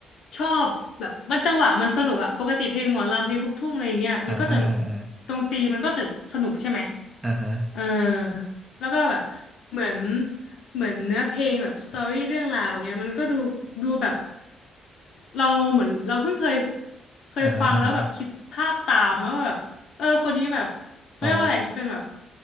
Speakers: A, on the left (about 70°); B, on the right (about 20°).
A: ชอบแบบมันจังหวะมันสนุกอะปกติเพลงหมอลำเพลงลูกทุ่งอะไรอย่างเงี้ยมันก็จะ
B: อ่าอ่าอ่าอ่า
A: ดนตรีมันก็จะสนุกใช่ไหม
B: อ่าฮะ
A: เออแล้วก็แบบเหมือนเหมือนเนื้อเพลงแบบสตอรี่เรื่องราวเงี้ยมันก็ดูดูแบบเราเหมือนเราเพิ่งเคยเคยฟังแล้วแบบคิดภาพตามว่าแบบเออคนนี้แบบเขาเรียกว่าอะไรเป็นแบบ
B: อ่าฮะอ่าฮะอ๋อ